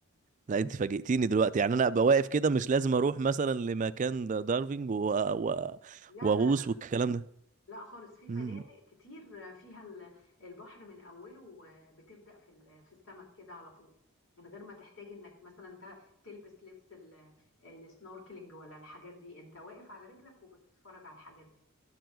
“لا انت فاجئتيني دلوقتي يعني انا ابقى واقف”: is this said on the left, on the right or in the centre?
Right